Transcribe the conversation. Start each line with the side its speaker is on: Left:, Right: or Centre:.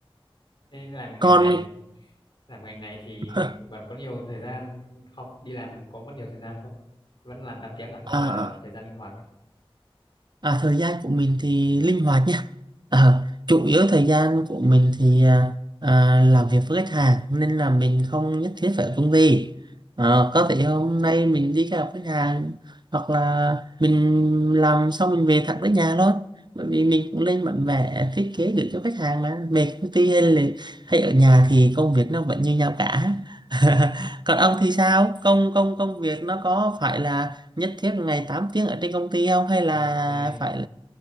Left: Thế làm
Right: còn
Left: ngành này thì làm ngành này thì
Right: <laughs>
Left: bạn có nhiều thời gian không đi làm có mất nhiều thời gian không vẫn làm 8 tiếng à
Right: à,
Left: hay là thời gian linh hoạt
Right: À, thời gian của mình thì linh hoạt nha. Ờ, chủ yếu thời gian của mình thì à, à, làm việc với khách hàng nên là mình không nhất thiết phải ở công ty. Ờ,
Left: Ừ.
Right: có thể hôm nay mình đi gặp khách hàng hoặc là mình làm xong mình về thẳng tới nhà thôi. Bởi vì mình cũng lên bản vẽ thiết kế gửi cho khách hàng mà về công ty hay là hay ở nhà thì công việc nó vẫn như nhau cả.
Left: ồ
Right: <laughs> Còn ông thì sao? Công công công việc nó có phải là nhất thiết ngày 8 tiếng ở trên công ty không hay là
Left: không tôi
Right: phải